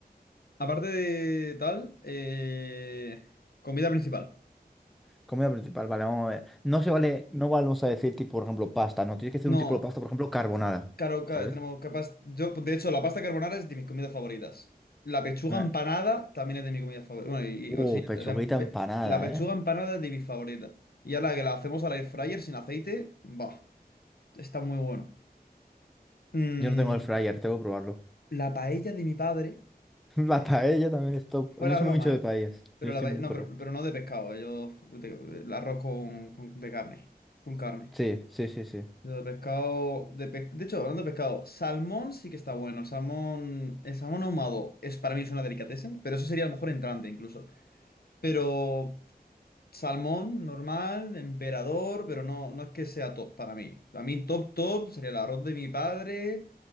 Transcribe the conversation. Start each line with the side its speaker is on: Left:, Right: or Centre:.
Left: Aparte de tal, eh, comida principal.
Centre: Comida principal, vale, vamos a ver. No se vale, no vamos a decir tipo, por ejemplo, pasta, no. Tienes que hacer
Left: No,
Centre: un tipo de pasta, por ejemplo, carbonara.
Left: claro, ca-
Centre: ¿Sabes?
Left: tenemos capaz. Yo, de hecho, la pasta carbonara es de mis comidas favoritas. La pechuga
Centre: Eh,
Left: empanada también es de mis comidas favoritas. Bueno, y, y-
Centre: Uh,
Left: bueno, sí,
Centre: pechuguita
Left: la, empe-
Centre: empanada,
Left: la pechuga
Centre: ¿eh?
Left: empanada es de mis favoritas. Y ahora que la hacemos al air fryer sin aceite, va, está muy bueno. Mm,
Centre: Yo no tengo el fryer, tengo que probarlo.
Left: la paella de mi padre
Centre: <laughs> La
Left: es
Centre: paella también es top.
Left: fuera
Centre: No soy
Left: broma,
Centre: mucho de
Left: ¿eh?
Centre: paellas.
Left: Pero,
Centre: Yo estoy
Left: la pae-
Centre: muy
Left: no,
Centre: pro.
Left: pero, pero no de pescado, eh, yo de- el arroz con, con- de carne, full carne.
Centre: Sí, sí, sí, sí.
Left: Yo de pescado, de, pe- de hecho, hablando de pescado, salmón sí que está bueno. El salmón, el salmón ahumado es para mí es una delicatessen, pero eso sería a lo mejor entrante incluso. Pero salmón normal, emperador, pero no, no es que sea top para mí. A mí top top sería el arroz de mi padre,